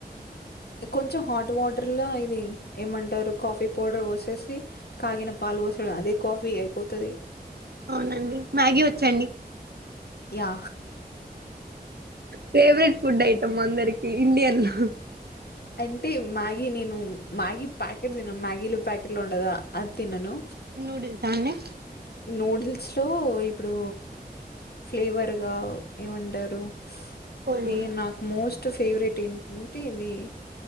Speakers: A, on the left; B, on the right.
A: కొంచెం హాట్ వాటర్ లో ఇవి ఏమంటారు కాఫీ పౌడర్ పోసేసి కాగిన పాలు పోసుడు అదే కాఫీ అయిపోతది
B: అవునండి మ్యాగీ వచ్చండి
A: యా
B: ఫేవరెట్ ఫుడ్ ఐటమ్ అందరికి ఇండియ లా ఉ
A: అంటే మ్యాగీ నేను మ్యాగీ ప్యాకెట్ తినం మ్యాగీలో ప్యాకెట్ లో ఉంటది కదా ఆది తినను
B: నూడిల్సా అండి
A: నూడిల్స్ లో ఇప్పుడు ఫ్లేవరు ఏమంటారు
B: ఓన్లీ
A: నే నాక్ మోస్ట్ ఫేవరెట్ ఏంటంటే ఇది